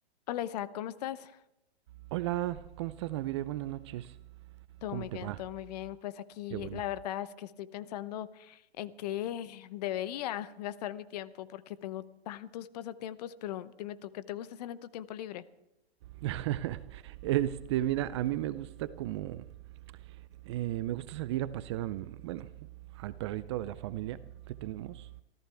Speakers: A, on the left; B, on the right.
A: Hola Isaac, ¿cómo estás?
B: Hola, ¿cómo estás, Navire? Buenas noches.
A: Todo
B: ¿Cómo
A: muy
B: te
A: bien,
B: va?
A: todo muy bien. Pues aquí
B: Qué bueno.
A: la verdad es que estoy pensando en qué debería gastar mi tiempo porque tengo tantos pasatiempos, pero dime tú, ¿qué te gusta hacer en tu tiempo libre?
B: <laughs> Este, mira, a mí me gusta como, eh, me gusta salir a pasear, a mi- bueno, al perrito de la familia que tenemos.